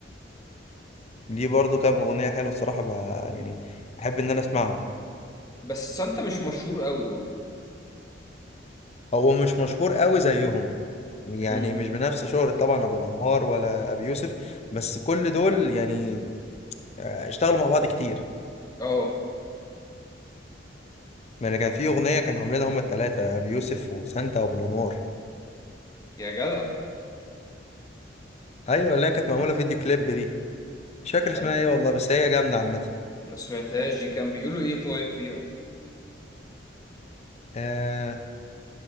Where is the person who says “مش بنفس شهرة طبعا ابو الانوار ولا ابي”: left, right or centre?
Left